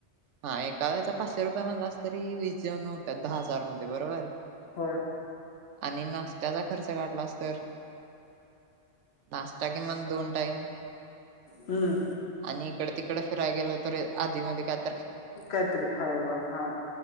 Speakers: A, on the right; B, on the left.
A: हा एका वेळेचा पाचशे रुपये मला अस तरी वीज त्या दहा हजार मधे बरोबर
B: होय
A: आणि नाष्टाचा खर्च काढला तर नाष्टा किंमान दोन टाईम
B: हम्म
A: आणि इकड तिकड फिरायला गेलो तर आधी मध्ये कायतर
B: काहीतरी खायला हा